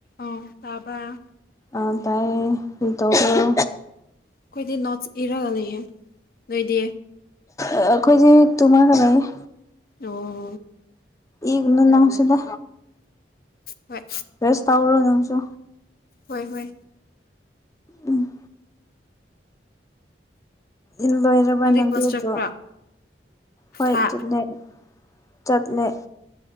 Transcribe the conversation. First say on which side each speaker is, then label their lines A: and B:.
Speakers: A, on the left; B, on the left.
A: ꯑꯥ ꯇꯥꯕꯔꯥ
B: ꯑꯥ ꯇꯥꯏꯌꯦ ꯑꯗꯨꯝ ꯇꯥꯕꯔꯣ
A: ꯑꯩꯈꯣꯏꯗꯤ ꯅꯣꯠꯁ ꯏꯔꯒ ꯂꯩꯌꯦ ꯅꯣꯏꯗꯤ
B: ꯑꯩꯈꯣꯏꯗꯤ ꯇꯨꯝꯃꯒ ꯂꯩꯌꯦ
A: ꯑꯣ
B: ꯏꯒꯅꯨ ꯅꯪꯁꯨꯗ
A: ꯍꯣꯏ
B: ꯔꯦꯁ ꯇꯧꯔꯣ ꯅꯪꯁꯨ
A: ꯍꯣꯏ ꯍꯣꯏ
B: ꯎꯝ ꯏꯕ ꯂꯣꯏꯔꯕ
A: ꯅꯪꯗꯤ
B: ꯅꯪꯒꯤ
A: ꯀ꯭ꯂꯥꯁ
B: ꯑꯗꯣ
A: ꯆꯠꯄ꯭ꯔꯥ
B: ꯍꯣꯏ
A: ꯍꯥ
B: ꯆꯠꯂꯦ ꯆꯠꯂꯦ